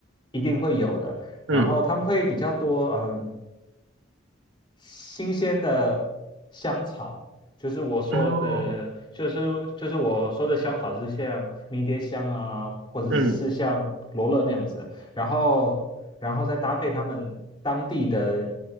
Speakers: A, on the left; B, on the right.
A: 一定会有的，然后他们会比较多，
B: 嗯
A: 嗯、新鲜的香草，就是我说的，
B: 哦
A: 就是就是我说的香草是像迷迭香啊，或者是是像罗勒那样子的然后然后再搭配他们当地的
B: 嗯